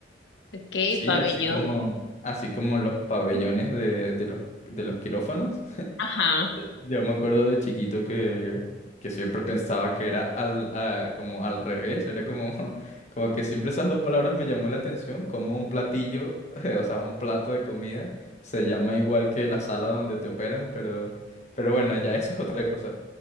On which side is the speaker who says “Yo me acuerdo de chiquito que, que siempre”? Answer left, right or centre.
Left